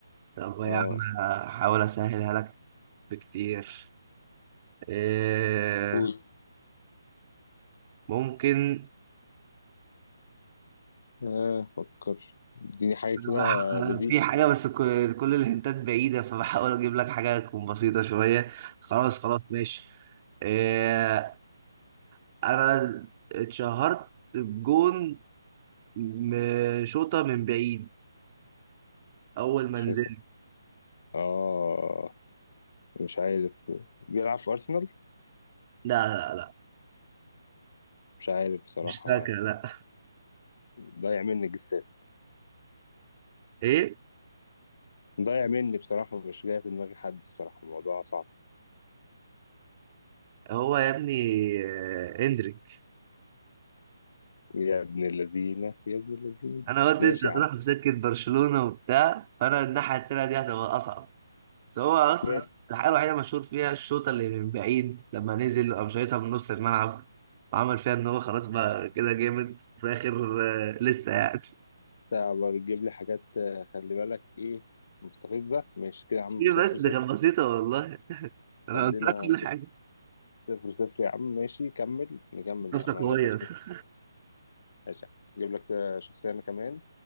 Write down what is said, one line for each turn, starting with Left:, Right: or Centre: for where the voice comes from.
Right: طب يا
Left: اه
Right: عم هحاول اسهلها لك بكتير إيه
Left: قول
Right: ممكن
Left: اه فكر اديني حاجة كده
Right: أنا بح- أنا
Left: لذيذة
Right: في حاجة بس ك- كل الهنتات بعيدة فبحاول اجيب لك حاجة تكون بسيطة شوية خلاص خلاص ماشي إيه انا اتشهرت بجون م- شوطة من بعيد اول ما
Left: شوية
Right: نزلت
Left: اه مش عارف بيلعب في أرسنال
Right: لا لا لا
Left: مش عارف بصراحة
Right: مش ساكا لا
Left: ضايع مني جسات
Right: ايه
Left: ضايع مني بصراحة مش جاي في دماغي حد الصراحة الموضوع صعب
Right: هو يا ابني آه، اندريك
Left: يا ابن اللذينة يا ابن اللذينة
Right: انا قلت
Left: ماشي
Right: انت هتروح
Left: يا عم
Right: في سكة برشلونة وبتاع فانا الناحية التانية دي هتبقى اصعب بس هو اصلا
Left: ماشي
Right: الحاجه الوحيده مشهور فيها الشوطه اللي من بعيد لما نزل قام شايطها من نص الملعب وعمل فيها ان هو خلاص بقى كده جامد في الاخر آه، لسه يعني
Left: انت بقى بتجيب لي حاجات آه، خلي بالك ايه مستفزة ماشي كده يا عم
Right: ايه
Left: صفر
Right: بس
Left: صفر
Right: دي كانت بسيطه والله انا
Left: قال
Right: قلت
Left: لنا
Right: لك كل حاجه
Left: صفر صفر يا عم ماشي كمل نكمل
Right: نفسك
Left: يا عم هجيب
Right: صغير
Left: لك ماشي يا عم. هجيب لك شخصية أنا كمان